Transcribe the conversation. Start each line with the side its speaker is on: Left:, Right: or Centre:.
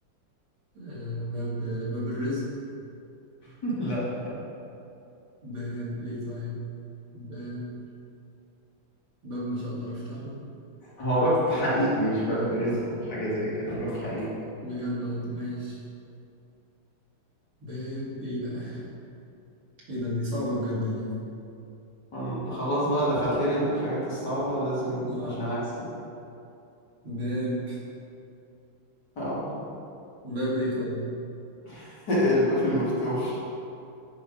Right: آه باب باب الرزق
Left: <laughs> لا
Right: باب إيه طيب باب باب مش هقدر أفتحه
Left: هو باب حقيقي مش باب رزق او حاجة زي كده باب حقيقي
Right: بجد والله. ماشي باب إيه بقى إيه ده دي صعبة بجد دي
Left: انت خلاص بقى دخلت لي في الحاجات الصعبة لازم
Right: آه
Left: عشان اكسب
Right: باب
Left: اه
Right: باب ايه طيب
Left: <laughs> الباب المفتوح